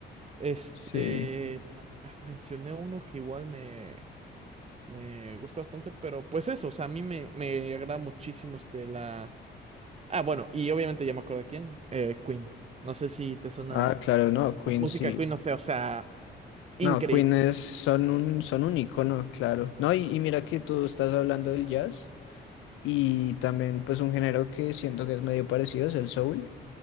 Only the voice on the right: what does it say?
Este,
mencioné uno que igual me, me gusta bastante, pero pues eso, o sea, a mí me, me agrada muchísimo este, la... Ah, bueno, y obviamente ya me acuerdo de quién, eh, Queen. No sé si te suena
música
Queen, no sé, o sea, increíble.